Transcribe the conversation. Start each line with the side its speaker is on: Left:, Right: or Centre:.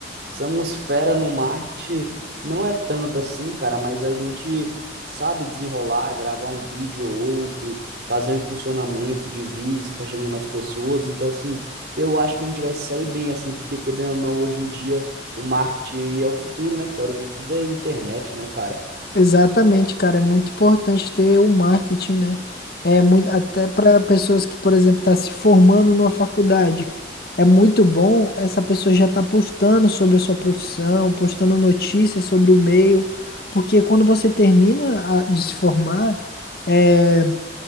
Right: somos fera no marketing, não é tanto assim, cara, mas a gente sabe desenrolar, gravar um vídeo ou outro, fazer um impulsionamento de vídeos para chegar em mais pessoas, então, assim, eu acho que a gente vai se sair bem, assim, porque querendo ou não, hoje em dia, o marketing aí é o futuro, né, cara? Hoje tudo é internet, né, cara?
Left: Exatamente, cara, é muito importante ter o marketing, né? É muito até para pessoas que, por exemplo, tá se formando numa faculdade. É muito bom essa pessoa já tá postando sobre a sua profissão, postando notícias sobre o meio, porque quando você termina a- de se formar, eh,